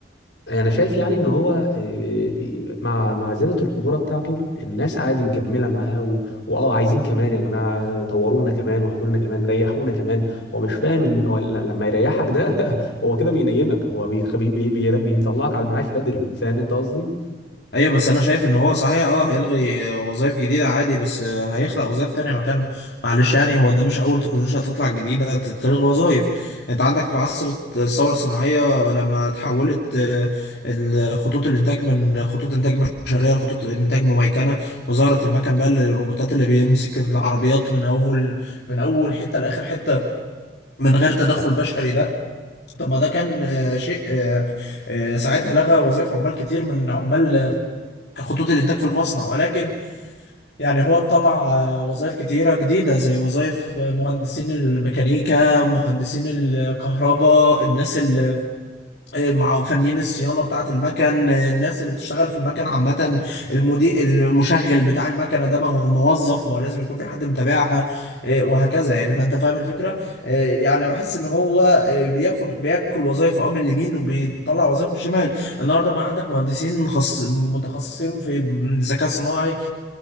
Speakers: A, on the left (about 80°); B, on the left (about 60°).
A: انا شايف يعني ان هو آه، مع مع زياده الخطوره بتاعته الناس عادي مكمله معاه و... واه عايزين كمان يا جماعه طوروا لنا كمان وهاتوا لنا كمان ريحونا كمان هو مش فاهم ان هو ل- لما يريحك ده <laughs> هو كده بينيمك هو بيخ... بي... بي... بي... بيطلعك على المعاش بدري فاهم انت قصدي
B: ايوه بس انا شايف ان هو صحيح اه هيلغي وظائف جديده عادي بس آه، هيخلق وظائف تانية مكانها معلش يعني هو ده مش اول تكنولوجيا هتطلع جديده تلغي وظائف انت عندك في عصر الثوره الصناعيه لما تحولت آه، خطوط الانتاج من خطوط انتاج بشريه لخطوط انتاج مميكنه وظهرت المكن بقى الروبوتات اللي بيمسك العربيات من اول من اول حته لاخر حته من غير تدخل بشري ده طب ما ده كان آه، شيء آه، آه، ساعتها لغى وظائف عمال كتير من عمال آه، خطوط الانتاج في المصنع ولكن يعني هو طلع آه، وظائف كتيره جديده زي وظائف آه، مهندسين الميكانيكا مهندسين الكهرباء الناس اللي مع فنيين الصيانه بتاعه المكن الناس اللي بتشتغل في المكن عامه المدير المشغل بتاع المكنه ده ما هو موظف ما هو لازم يكون في حد متابعها إيه، وهكذا يعني فانت فاهم الفكره إيه، يعني بحس ان هو إيه، بياخد بياكل وظائف اه من اليمين وبيطلع وظائف من الشمال النهارده بقى عندك مهندسين خص... متخصصين في الذكاء الصناعي